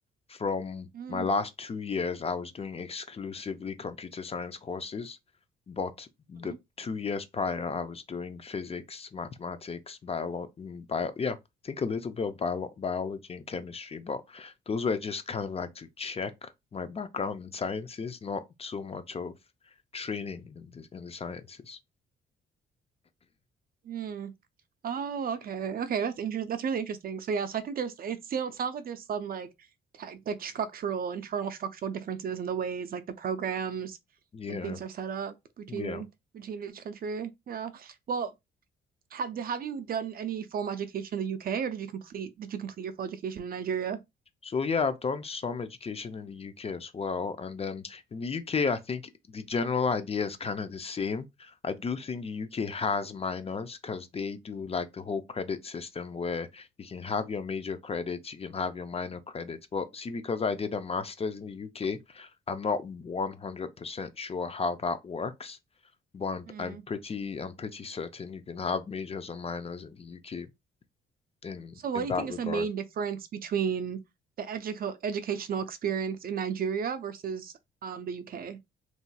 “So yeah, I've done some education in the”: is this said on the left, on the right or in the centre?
Left